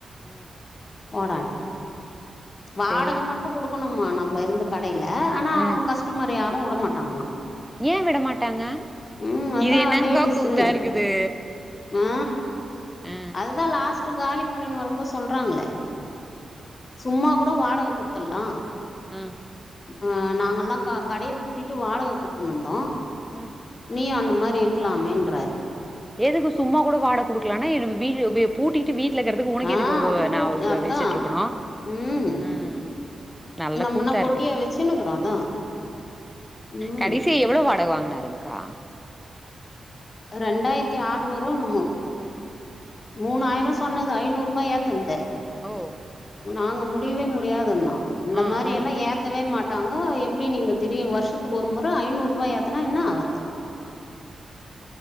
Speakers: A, in the centre; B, on the left (about 50°).
A: ம்
B: போடான் வாடக
A: சே
B: மட்டு குடுக்கணுமா நம்ம இருந்த டையில ஆனா
A: ம்
B: அவுங்க கஸ்டமர் யாரூ உடமாட்டாங்ளா
A: ஏ விட மாட்டாங்க
B: ம் அதா
A: இது என்னங்க்கா
B: லேடிஸ்ஸு
A: கூத்தா இருக்குது
B: ஆ
A: ஆ
B: அதுதா லாஸ்ட்டு காலி பண்ணின்னு வரும்போத் சொல்றாங்ளே சும்மா கூட வாடக குடுத்துட்லா
A: ம்
B: ஆ நாங்கள்லா க கடைய பூட்டிட்டு வாடக குத்துன்னுந்தோ
A: ம்
B: நீயு அந்த மார் ரி இருக்கலாமேன்றார்
A: எதுக்கு சும்மா கூட வாடக குடுக்கலான்னா <unintelligible> வெ பூட்டிட்டு வீட் லக்கிறதுக்கு உனக்கு
B: ஆ
A: எதுக்கு
B: பூட்டி
A: நாவ்
B: அதா
A: வச்சுட்ருக்கணூ
B: ம்
A: ம் நல்ல
B: நம்மனா
A: கூத்தாருக்கு
B: பொட்டியா வச்சுன்னுக்குறோ அதா ம்
A: கடைசியா எவ்ள கட வாங்குனாருங்க்கா
B: ரெண்டாயிர்த்தி ஆற்நூறோ என்னுமோ
A: ம்ஹும்
B: மூணாயிரோ சொன்னது ஐநூறூபா ஏத்தந்து
A: ஓ
B: நாங்க முடியவே முடியாதுன்னோ இந்த
A: ம்
B: மாரியெல்லா
A: ம்
B: ஏத்தவே மாட்டாங்கோ எப் டி நீங்க திடீர் வருஷத்துக் ஒரு முற ஐநூறூபா ஏத்துனா என்ன ஆவற்து
A: ம் ம்